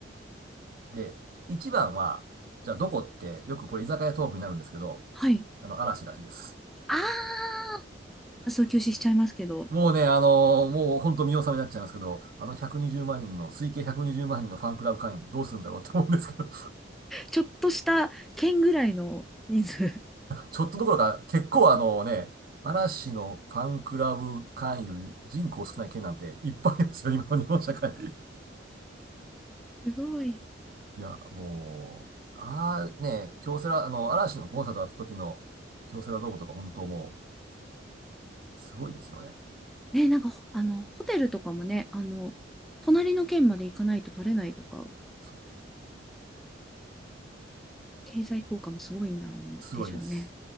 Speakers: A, on the right; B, in the centre.
A: で、1番は、じゃあどこって、よくこれ居酒屋トークになるんですけど、
B: はい。
A: あの、嵐らしいです。
B: あー。活動休止しちゃいますけど、
A: もうね、あのーもう本当見納めになっちゃいますけど、あの120万人の、推計120万人のファンクラブ会員どうするんだろうって思うんですけど
B: ちょっとした県ぐらいの人数。
A: ちょっとどころか、結構あのね、嵐のファンクラブ会員より人口少ない県なんていっぱいありますよ、今の日本社会。
B: <laughs> すごい。
A: いや、もう、ああね、京セラ、あの、嵐のコンサートあった時の京セラドームとか本当もう、すごいですよね。
B: ね、なんか、ほあの、ホテルとかもね、あの、隣の県まで行かないと取れないとか、
A: そう
B: 経済効果もすごいんだろうね、
A: すごいです。
B: でしょうね。